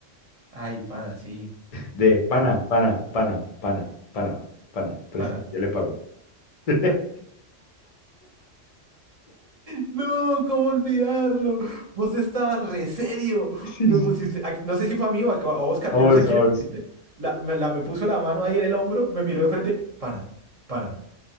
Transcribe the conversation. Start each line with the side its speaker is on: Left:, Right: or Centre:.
Right: Ay, pana, sí.
Left: De pana, pana, pana, pana, pana, pana. Préstame,
Right: pana
Left: yo le pago. <laughs>
Right: No, ¿cómo olvidarlo? Vos estabas re serio.
Left: Sí,
Right: no
Left: sí.
Right: pusiste, a- no sé si fue a mí o a, o a Oscar,
Left: A
Right: yo
Left: vos,
Right: no sé a quién
Left: a vos.
Right: le pusiste. La, me, la- me puso la mano ahí en el hombro, me miró de frente, pana, pana,